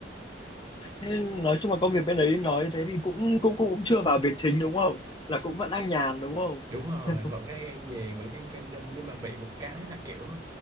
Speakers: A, on the left; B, on the right.
A: Thế nói chung là công việc bên đấy nói thế thì cũng cũng cũng, cũng chưa vào việc chính đúng không? Là cũng vẫn đang nhàn đúng không?
B: đúng rồi
A: <laughs>
B: vẫn đang an nhàn vẫn đang training nhưng mà bị một cái là kiểu